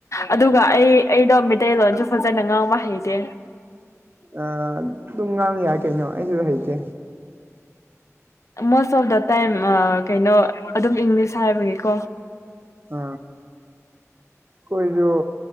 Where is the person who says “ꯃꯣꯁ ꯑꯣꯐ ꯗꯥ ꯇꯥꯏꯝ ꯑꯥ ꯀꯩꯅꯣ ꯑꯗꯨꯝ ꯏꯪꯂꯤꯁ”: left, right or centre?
Left